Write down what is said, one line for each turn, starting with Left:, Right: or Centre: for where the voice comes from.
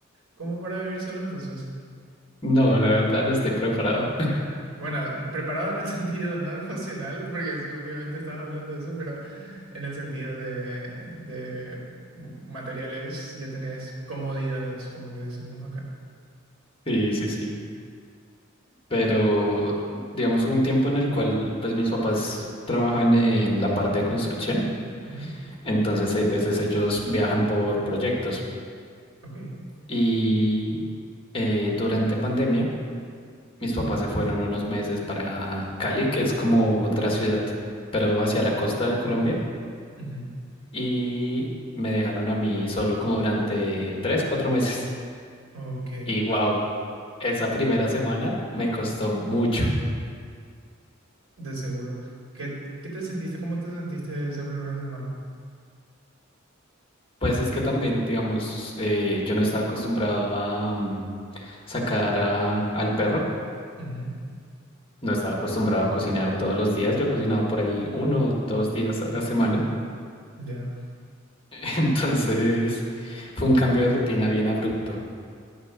Right: como para vivir solo entonces?
Left: No, la verdad no estoy preparado. <laughs>
Right: Bueno, preparado en el <laughs> sentido no emocional, porque es- obviamente estás hablando de eso, pero en el sentido de, de materiales ya tenés comodidades, como le decimos acá.
Left: Sí, sí, sí. Pero digamos hubo un tiempo en el cual pues mis papás trabajan en la parte de construcción,
Right: Ujú,
Left: entonces hay veces ellos viajan por proyectos
Right: Ok,
Left: y eh, durante pandemia mis papás se fueron unos meses para Cali, que es como otra ciudad, pero hacia la costa de Colombia.
Right: ujú,
Left: y me dejaron a mí solo como durante tres, cuatro meses.
Right: ok,
Left: Y wow, esa primera semana me costó mucho.
Right: de seguro. ¿Qué, qué te sentiste? ¿Cómo te sentiste esa primera semana?
Left: Pues es que también, digamos, eh, yo no estaba acostumbrado a mm, sacar a- al perro,
Right: Ujú,
Left: no estaba acostumbrado a cocinar todos los días, yo cocinaba por ahí uno o dos días a la semana,
Right: Ya,
Left: <laughs> entonces fue un cambio de rutina bien abrupto.